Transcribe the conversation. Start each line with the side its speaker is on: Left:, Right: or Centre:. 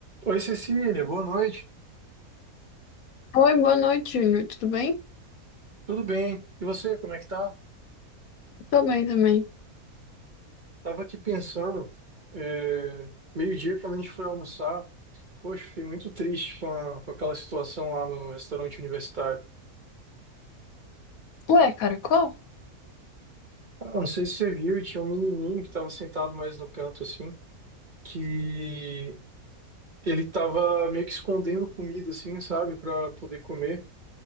Right: Oi, Cecília, boa noite.
Left: Oi, boa noite, Júnior. Tudo bem?
Right: Tudo bem? E você, como é que tá?
Left: Tô bem também.
Right: Tava aqui pensando, é, meio-dia quando a gente foi almoçar, poxa, fiquei muito triste com, a- com aquela situação lá no restaurante universitário.
Left: Ué, caracol?
Right: Ah, não sei se você viu, tinha um menininho que estava sentado mais no canto, assim, que ele tava meio que escondendo comida, assim, sabe, para poder comer,